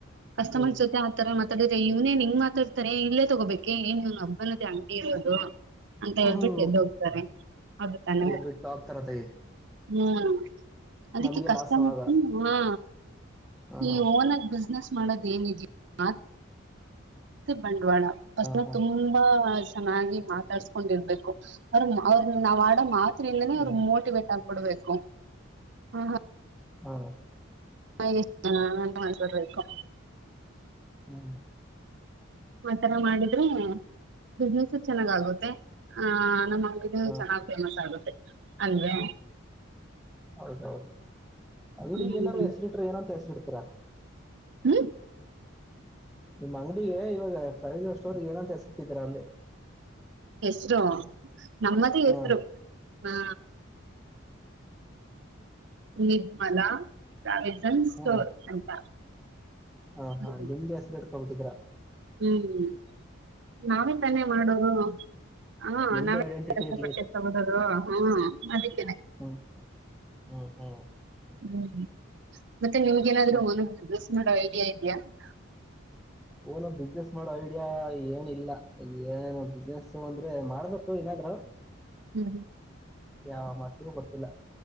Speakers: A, on the right; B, in the centre.
A: ಕಸ್ಟಮರ್ಸ್
B: ಹ್ಮ್
A: ಜೊತೆ ಆತರ ಮಾತ್ ಮಾತಾಡ್ರೆ ಇವ್ನೇನ್ ಹಿಂಗ ಮಾತಾಡ್ತಾನೆ ಇಲ್ಲೇ ತಗೋ ಬೇಕೇ ಏನ್ ಏನಿದು ಒಬ್ಬಂದೆ ಅಂಗಡಿ ಇರೋದು ಅಂತ ಹೇಳ್ಬಿಟ್ಟು
B: ಹ್ಮ್
A: ಎದ್ದೊಗ್ತಾರೆ ಹೌದುತಾನೇ
B: ಎಲ್ಲ ಬಿಟ್ಟು ಹೋಗ್ತಾರ ತೆಗಿ
A: ಹ್ಮ್ ಅದಕ್ಕೆ
B: ನಮಗೆ
A: ಕಸ್ಟಮರ್ಸ್
B: ಲಾಸ್ ಅವಾಗ
A: ಹ್ಮ್ಮ್ ಹಾ
B: ಹ
A: ನೀವು
B: ಹ
A: ಒನಾಗಿ ಬಿಜಿನೆಸ್ ಮಾಡದ್ ಏನಿದೆಯೋ ಹಾ ಬ ಡವಾಳ ಅಥವಾ
B: ಹ ಹ
A: ತುಂಬಾ <unintelligible> ಚೆನ್ನಾಗಿ ಮಾತಾಡ್ಸ್ಕೊಂಡಿರ್ಬೇಕು ಅವ್ರ ಅವ್ರನ್ನ ನಾವ್ ಆಡ ಮಾತು ಇಂದಾನೆ
B: ಹ್ಮ್
A: ಅವರು ಮೋಟಿವೇಟ್ ಆಗಬಿಡ್ಬೇಕು <unintelligible> <unintelligible> ಹಾ ಹಾ
B: ಹಾ
A: ಹಂಗೆ ಮಾಡ್ಕೋಬೇಕು
B: ಹ್ಮ್
A: ಆತರ ಮಾಡಿದ್ರೆ ಬಿಜಿನೆಸ್ ಚೆನ್ನಾಗ ಆಗುತ್ತೆ ಆ ನಮ್ಮ ಹ್ಮುಚೆನ್ನಾಗಿ
B: ಹ
A: ಫೇಮಸ್ ಆಗುತ್ತೆ ಅಲ್ವೇ
B: ಹೌದೌದು ಅಂಗಡಿಗೆ
A: ಹ್ಮ್
B: ಏನಾರಾ ಹೆಸರಿಟ್ಟರೆ ಏನ್ ಅಂತ ಹೆಸರು ಇಡ್ತಿರಾ
A: ಹ್ಮ್
B: ನಿಮ್ಮ್ ಅಂಗಡಿಗೆ ಇವಾಗ ಫೈನಾನ್ಸ್ ಸ್ಟೋರ್ಗೆ ಏನಂತ ಹೆಸರಿಟ್ಟಿದ್ರಾ ಅಂದೆ
A: ಹೆಸರೋ ನಮ್ಮದೇ ಹೆಸರು
B: ಹಾ
A: ಹಾ ನಿರ್ಮಲ ಪ್ರಾವಿಷ ನ್ ಸ್ಟೋರ್
B: ಹಾ
A: ಅಂತ
B: ಹಾ
A: ಹ್ಮ್
B: ಹಾ ನಿಮ್ದು ಹೆಸರು ಇಟ್ಕೊಂಡ್ ಬಿಟ್ಟಿದ್ದೀರಾ
A: ಹ್ಮ್ ನಾವೇ ತಾನೇ ಮಾಡೋದು ಹ
B: ನಿಮ್ದೇ
A: ನಾವೇದು
B: ಐಡೆಂಟಿಟಿ ಇರ್ಲಿ ಅಂತ
A: ಹ್ಮ ಅದಕ್ಕೆೇನೆ <unintelligible>
B: ಹ್ಮ್ ಹ್ಮ್ ಹ್ಮ್
A: ಹ್ಮ್ <inaudible> ಮತ್ತೆ ನಿಮ್ಗೇನಾದ್ರು
B: ಮತ್
A: ಸ್ ನೋ <unintelligible> ಇದಾ ಇದ ಇದಾ <unintelligible>
B: ಓನು ಬಿಸ್ನೆಸ್ ಮಾಡೋ ಐಡಿಯಾ ಏನ ಇಲ್ಲ ಏನು ಬಿಸ್ನೆಸ್ ಅಂದ್ರೆ ಮಾಡ್ಬೇಕು ಏನಾದ್ರು
A: ಹ್ಮ
B: ಯಾವ ಮಾಡ್ತೀವೋ ಗೊತ್ತಿಲ್ಲ